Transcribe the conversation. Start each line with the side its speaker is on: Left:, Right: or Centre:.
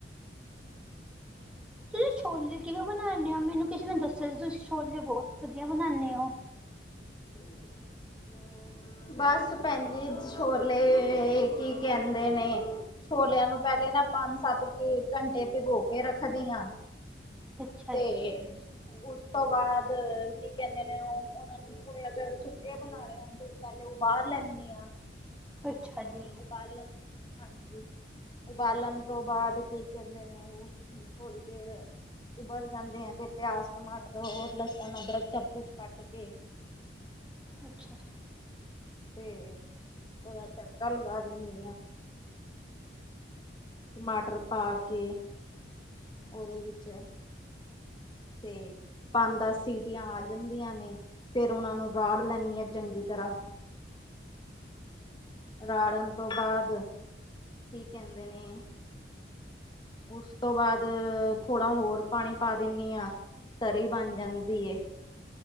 Centre: ਤੁਸੀਂ ਛੋਲੇ ਕਿਵੇਂ ਬਣਾਂਦੇ ਹੋ ਮੈਨੂੰ ਕਿਸੇ ਨੇ ਦੱਸਿਆ ਸੀ ਤੁਸੀਂ ਛੋਲੇ ਬਹੁਤ ਵਧੀਆ ਬਣਾਂਦੇ ਹੋ।
Left: <inaudible> ਬਸ ਭੈਣ ਜੀ ਛੋਲੇ, ਕੀ ਕਹਿੰਦੇ ਨੇ। ਛੋਲਿਆਂ ਨੂੰ ਪਹਿਲੇ ਨਾ ਪੰਜ- ਸੱਤ ਘੰਟੇ ਭਿਗੋ ਕੇ ਰੱਖਦੀ ਹਾਂ।
Centre: ਅੱਛਾ
Left: ਤੇ
Centre: ਜੀ
Left: ਉਸ ਤੋਂ ਬਾਅਦ ਕੀ ਕਹਿੰਦੇ ਨੇ ਉਹ ਉਹਨਾਂ ਨੂੰ ਥੋੜੇ ਅੱਗੇ ਸੁੱਕੇ ਬਣਾਉਣੇ ਆ। ਪਹਿਲੇ ਉਹ ਬਾਹਰ ਲੈਂਦੇ ਆ।
Centre: ਅੱਛਾ ਜੀ।
Left: ਉਬਾਲਣ ਹਾਂਜੀ। ਉਬਾਲਣ ਤੋਂ ਬਾਅਦ ਕੀ ਕਹਿੰਦੇ ਨੇ ਉਹ ਹਮ, ਥੋੜ੍ਹੀ ਦੇਰ ਉਬਲ ਜਾਂਦੇ ਆ ਤੇ ਪਿਆਜ, ਟਮਾਟਰ ਹੋਰ ਲਸਣ, ਅਦਰਕ ਸਭ ਕੁਛ ਕੱਟ ਕੇ
Centre: ਅੱਛਾ।
Left: ਤੇ ਉਹਦਾ ਤੜਕਾ ਲਗਾ ਦਿਨੀ ਆ। ਟਮਾਟਰ ਪਾ ਕੇ ਉਹਦੇ ਵਿੱਚ ਤੇ ਪੰਜ- ਦਸ ਸੀਟੀਆਂ ਆ ਜਾਂਦੀਆਂ ਨੇ। ਫੇਰ ਉਹਨਾਂ ਨੂੰ ਰਾੜ ਲੈਨੀ ਆ ਚੰਗੀ ਤਰ੍ਹਾਂ। ਰੜਨ ਤੋਂ ਬਾਅਦ, ਕੀ ਕਹਿੰਦੇ ਨੇ, ਉਸ ਤੋਂ ਬਾਦ ਥੋੜਾ ਹੋਰ ਪਾਣੀ ਪਾ ਦਿੰਣੀ ਆਂ, ਤਰੀ ਬਣ ਜਾਂਦੀ ਏ।